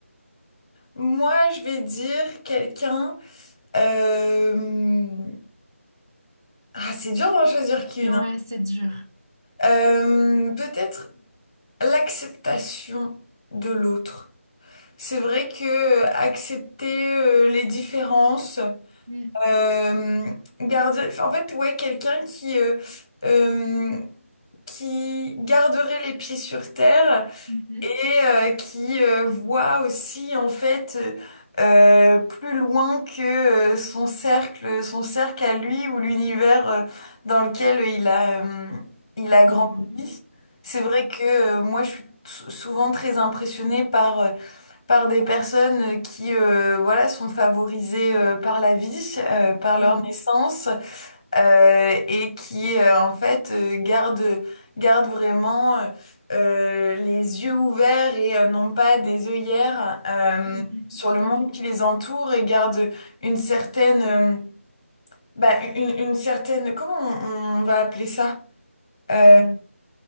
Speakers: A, on the left (about 20°); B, on the right (about 15°).
A: moi, je vais dire quelqu'un. euh, ah, c'est dur d'en choisir qu'une.
B: Ouais,
A: hein.
B: c'est dur.
A: Euh, peut-être l'acceptation de l'autre. C'est vrai que euh, accepter euh, les différences,
B: Mm.
A: euh, garder, enfin, en fait, ouais, quelqu'un qui euh, euh, qui garderait les pieds sur terre
B: Mhm.
A: et euh, qui euh, voit aussi en fait euh, plus loin que euh, son cercle, son cercle à lui ou l'univers euh, dans lequel il a euh, il a grandi.
B: Il évolue.
A: C'est vrai que euh, moi, je suis t- souvent très impressionnée par euh, par des personnes qui euh, voilà sont favorisées euh, par la vie, euh, par leur
B: Mhm.
A: naissance euh, et qui euh, en fait euh, gardent gardent vraiment euh, euh, les yeux ouverts et euh, non pas des œillères euh,
B: Mm, mm,
A: sur
B: mm, tout
A: le monde
B: à fait.
A: qui les entoure et gardent une certaine euh, bah, une, une certaine comment on, on va appeler ça? Euh,
B: Euh,